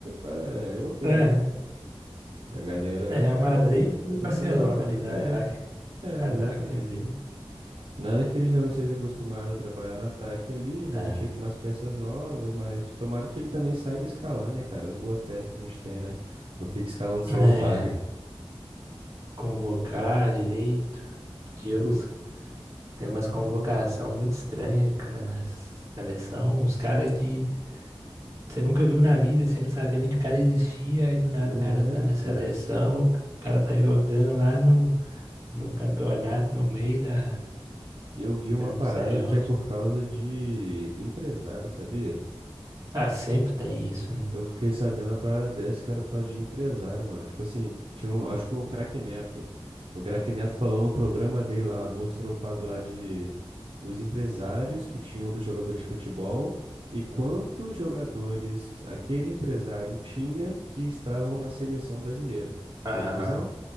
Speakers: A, on the right (about 65°); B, on the right (about 30°).
A: é, é europeu,
B: É,
A: né? A galera é,
B: é Real Madrid e
A: é, é tudo
B: Barcelona
A: que joga lá,
B: ali
A: né?
B: no ataque.
A: É,
B: Ataque
A: é, exatamente.
B: de.
A: Nada que ele já não esteja acostumado a trabalhar no ataque ali, vai
B: Tá.
A: mexer com umas peças novas, mas tomara que ele também saiba escalar, né, cara? As boas peças que a gente tem, né? Não fica escalando só
B: É,
A: os bagre.
B: convocar direito. Deus,
A: Pô,
B: tem umas convocação muito estranha, cara, na seleção. Os caras que você nunca viu na vida, você não sabia nem que o cara existia, aí do nada
A: não
B: o cara
A: é,
B: tá na
A: cara.
B: seleção, o cara tá jogando lá no, no campeonato, no meio da,
A: Eu vi uma
B: da não
A: parada
B: sei
A: que
B: onde.
A: é por causa de empresário, sabia?
B: Ah, sempre tem isso, né?
A: Eu fiquei sabendo uma parada dessa que era por causa de empresário, mano. Tipo assim, tinha um, acho que o Craque Neto. O Craque Neto falou no programa dele lá, mostrou o quadro lá de os empresários que tinham dos jogadores de futebol e quantos jogadores aquele empresário tinha que estavam na seleção brasileira.
B: Aham.
A: Pegou a visão?